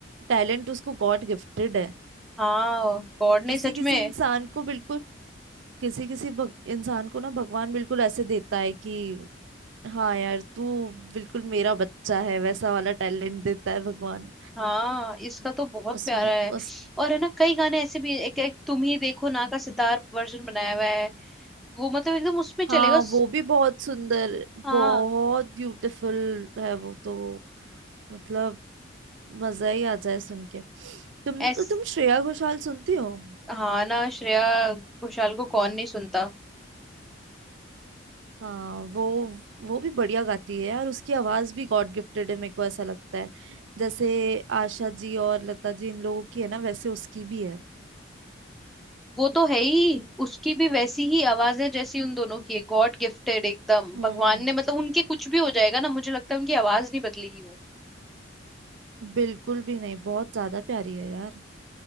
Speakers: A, on the right; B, in the centre.
A: टैलेंट उसको गॉड गिफ्टेड है
B: हाँ गॉड नहीं
A: किसी
B: सच
A: किसी
B: में
A: इंसान को बिल्कुल किसी किसी भग, इंसान को ना भगवान बिल्कुल ऐसे देता है कि हाँ यार तू बिल्कुल मेरा बच्चा है वैसा वाला टैलेंट देता है भगवान
B: हाँ इसका तो बहुत
A: उसमें
B: प्यारा है
A: उस
B: और है ना कई गाने ऐसे भी एक, एक तुम ही देखो ना का सितार वर्जन बनाया हुआ है वो मतलब एकदम उसमें चलेगा
A: हाँ वो भी बहुत सुंदर
B: हाँ
A: बहुत ब्यूटीफुल है वो तो मतलब मजा ही आ जाए सुन के तुम
B: एस
A: तुम श्रेया घोषाल सुनती हो
B: हाँ ना श्रेया घोषाल को कौन नहीं सुनता
A: हाँ वो वो भी बढ़िया गाती है यार उसकी आवाज भी गॉड गिफ्टेड है मेरे को ऐसा लगता है जैसे आशा जी और लता जी इन लोगों की है ना वैसे उसकी भी है
B: वो तो है ही उसकी भी वैसी ही आवाज है जैसी उन दोनों की है गॉड गिफ्टेड एकदम
A: हम्म
B: भगवान ने मतलब उनके कुछ भी हो जाएगा ना मुझे लगता है उनकी आवाज नहीं बदलेगी वो
A: बिल्कुल भी नहीं बहुत ज्यादा प्यारी है यार